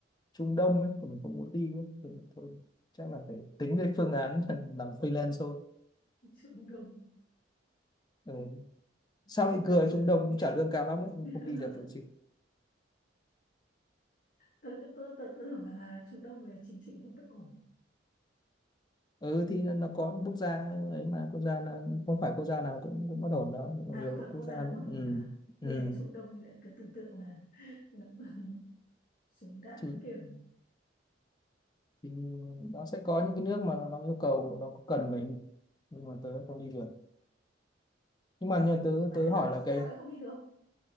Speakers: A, on the left; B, on the left.
A: Trung Đông ấy mà mình không muốn đi ấy. Thì thôi chắc là phải tính đến phương án <laughs> làm freelance thôi
B: Trung Đông
A: ừ. sao
B: Trung
A: lại cười
B: Đông
A: Trung
B: mà
A: Đông
B: nghĩ-
A: cũng trả lương cao lắm ấy, nhưng
B: <laughs>
A: mà không đi được rồi chứ
B: tôi cứ tôi tôi tưởng là Trung Đông về chính trị hơi bất ổn
A: ừ thì nó, nó có quốc gia ấy mà quốc gia là không phải quốc gia nào cũng cũng bất ổn đó Có
B: à
A: nhiều
B: không phải
A: quốc
B: quốc
A: gia
B: gia đang bất ổn
A: ừ,
B: à
A: ừ.
B: nghe đến Trung Đông thì lại cứ tưởng tượng là <laughs> súng đạn
A: Thì,
B: các kiểu
A: thì nó sẽ có những cái nước mà nó, nó yêu cầu nó có cần mình nhưng mà tớ không đi được nhưng mà như tớ
B: nhưng mà
A: tớ
B: tại
A: hỏi
B: sao
A: là
B: sao
A: cái
B: lại không đi được